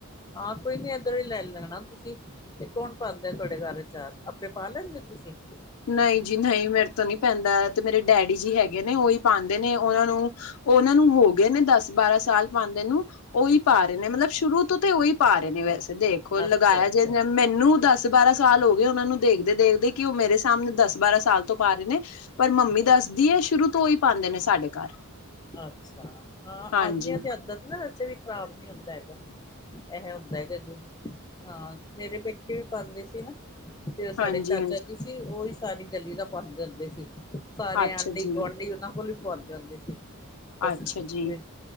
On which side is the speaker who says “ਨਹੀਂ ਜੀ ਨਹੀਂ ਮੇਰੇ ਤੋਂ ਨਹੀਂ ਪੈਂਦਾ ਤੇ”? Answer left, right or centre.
Left